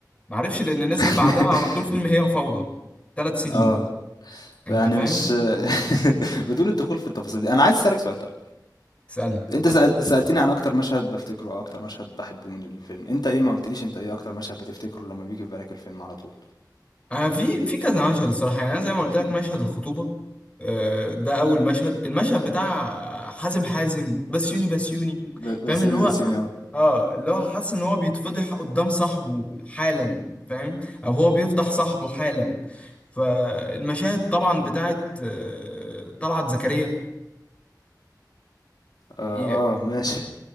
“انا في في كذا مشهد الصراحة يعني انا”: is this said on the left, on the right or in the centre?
Left